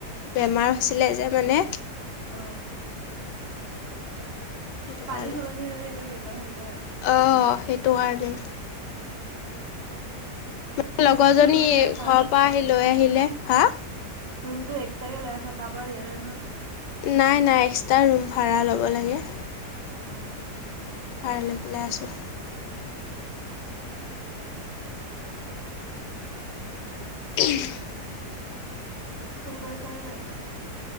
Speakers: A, on the left; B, on the right.
A: বেমাৰ হৈছিলে যে মানে
B: অ
A: সেইটো
B: পানী
A: কাৰণে
B: সলনি হলে এনেও বেমাৰ হবই।
A: অহ সেইটো কাৰণে। মোৰ লগৰজনী
B: তোমালোকে ৰুম লৈ আছা
A: ঘৰৰ পৰা আহি লৈ আহিলে। হা?
B: ৰুম টো এক্সট্ৰাকে লৈ আছা তাৰ পৰা দিয়া নাই নহয়।
A: নাই- নাই এক্সট্ৰা ৰোম ভাড়া ল'ব লাগে।
B: অহ।
A: ভাড়া লৈ পেলাই আছোঁ। <unintelligible>
B: ফোন কৰিছানে নাই ঘৰত?